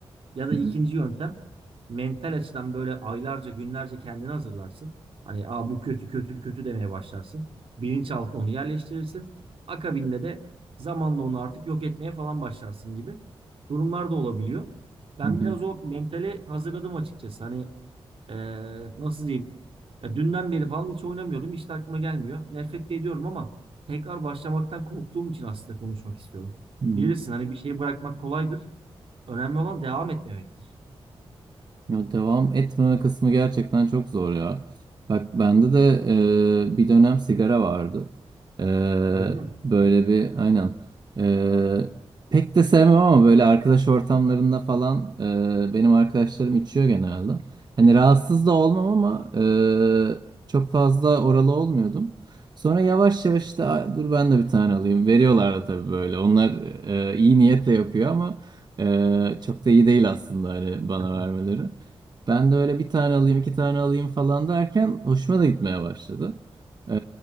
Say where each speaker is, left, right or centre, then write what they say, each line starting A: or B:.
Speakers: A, on the right; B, on the right.
A: Ya da
B: Hı
A: ikinci
B: hı,
A: yöntem mental açıdan böyle aylarca günlerce kendini hazırlarsın. Hani Aa, bu kötü kötü kötü demeye başlarsın. Bilinçaltına onu yerleştirirsin. Akabinde de zamanla onu artık yok etmeye falan başlarsın gibi durumlar da olabiliyor. Ben
B: hı hı,
A: biraz o mentale hazırladım açıkçası. Hani ee, nasıl diyeyim? Ya dünden beri falan hiç oynamıyordum. Hiç de aklıma gelmiyor. Nefret de ediyorum ama tekrar başlamaktan korktuğum için aslında konuşmak istiyorum.
B: hı hı.
A: Bilirsin hani bir şeyi bırakmak kolaydır. Önemli olan devam etmemektir.
B: Ya devam etmeme kısmı gerçekten çok zor ya. Bak bende de e, bir dönem sigara vardı. E,
A: Öyle mi?
B: böyle bir aynen. E, pek de sevmem ama böyle arkadaş ortamlarında falan e, benim arkadaşlarım içiyor genelde. Hani rahatsız da olmam ama e, çok fazla oralı olmuyordum. Sonra yavaş yavaş işte "Aa, dur ben de bir tane alayım. Veriyorlar da tabii böyle. Onlar e, iyi niyetle yapıyor ama e, çok da iyi değil aslında hani bana
A: <laughs>
B: vermeleri. Ben de öyle bir tane alayım, iki tane alayım falan derken hoşuma da gitmeye başladı. Ee,